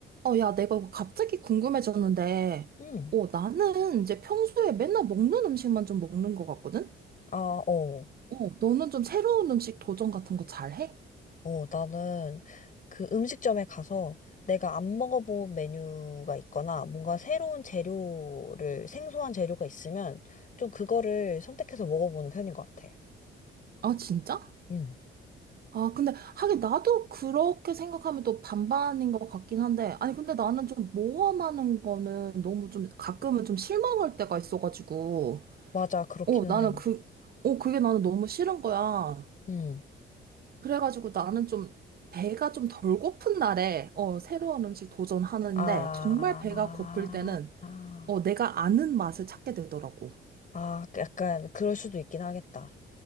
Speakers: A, on the right; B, on the left.
A: 어, 야, 내가 이거 갑자기 궁금해졌는데,
B: 응
A: 어, 나는 이제 평소에 맨날 먹는 음식만 좀 먹는 것 같거든?
B: 아, 어.
A: 어, 너는 좀 새로운 음식 도전 같은 거 잘해?
B: 어, 나는 그 음식점에 가서 내가 안 먹어본 메뉴가 있거나 뭔가 새로운 재료를, 생소한 재료가 있으면 좀 그거를 선택해서 먹어보는 편인 것 같아.
A: 아, 진짜?
B: 응
A: 아, 근데 하긴 나도 그렇게 생각하면 또 반반인 것 같긴 한데, 아니, 근데 나는 좀 모험하는 거는 너무 좀 가끔은 좀 실망할 때가 있어가지고,
B: 맞아, 그렇기는
A: 어, 나는
B: 해.
A: 그, 어, 그게 나는 너무 싫은 거야.
B: 응
A: 그래가지고 나는 좀 배가 좀 덜 고픈 날에 어, 새로운 음식 도전하는데
B: 아,
A: 정말 배가
B: 아,
A: 고플 때는
B: 아,
A: 어, 내가 아는 맛을 찾게 되더라고.
B: 아, 약간 그럴 수도 있긴 하겠다.